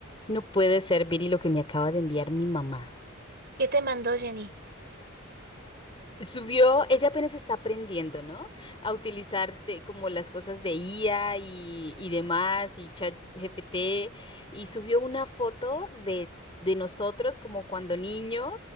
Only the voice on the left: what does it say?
No puede ser, Viri, lo que me acaba de enviar mi mamá.
Subió, ella apenas está aprendiendo, ¿no? A utilizar te- como las cosas de IA y, y demás, y ChatGPT, y subió una foto de, de nosotros como cuando niños,